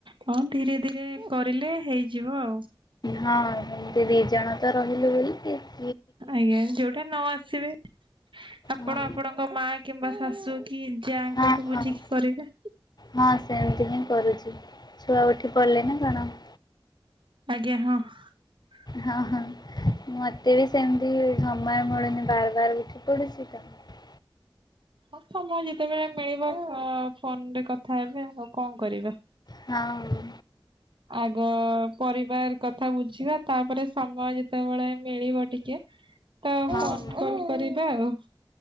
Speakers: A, on the right; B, on the left.
A: ହଁ ଧୀରେ ଧୀରେ କରିଲେ ହେଇଯିବ ଆଉ।
B: ହଁ ସେମିତି ଦି ଜଣ ତ ରହିଲୁ ବୋଲିକି ।
A: ଆଜ୍ଞା ଯୋଉଟା ନ ଆସିବେ । ଆପଣ
B: ହଁ
A: ଆପଣଙ୍କ ମା କିମ୍ବା ଶାଶୁ କି ଯା ଙ୍କଠୁ
B: ହଁ
A: ବୁଝିକି
B: ହଁ
A: କରିବେ।
B: ହଁ ସେମିତି ହିଁ କରୁଛି ଛୁଆ ଉଠି ପଡିଲେ ନା କଣ ।
A: ଆଜ୍ଞା ହଁ ।
B: ହଁ ହଁ । ମତେ ବି ସେମିତି ସମୟ ମିଳୁନି ବାର ବାର ଉଠି ପଡୁଛି ତେଣୁ
A: ହଁ ସମୟ ଯେତେବେଳେ ମିଳିବ ଫୋ ଫୋନରେ କଥା ହେବେ ଆଉ କଣ କରିବା।
B: ହଁଉ-ଉ
A: ଆଗ ପରିବାର କଥା ବୁଝିବା ତାପରେ ସମୟ ଯେତେବେଳେ ମିଳିବ ଟିକେ ତ
B: ହଉ।
A: ଫୋନ୍ କଲ୍ କରିବା ଆଉ।